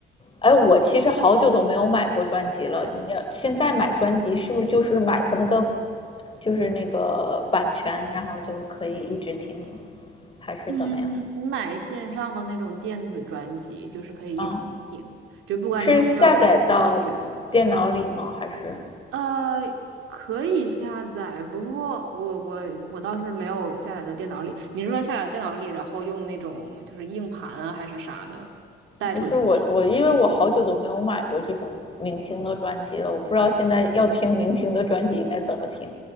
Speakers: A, on the left; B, on the right.
A: 哎，我其实好久都没有买过专辑了。你要现在买专辑，是不是就是买它那个，就是那个版权，然后就可以一直听还是怎么样？
B: 嗯，你买线上的那种电子专辑，就是可以一直听，
A: 嗯，
B: 就不管你有没有会员。
A: 是下载到电脑里吗？还是
B: 呃，可以下载，不过我我我倒是没有下载到电脑里。你是说下载电脑里，然后用那种就是硬盘啊还是啥的带出去听？
A: 不是我我因为我好久都没有买过这种明星的专辑了，我不知道现在要听明星的专辑应该怎么听。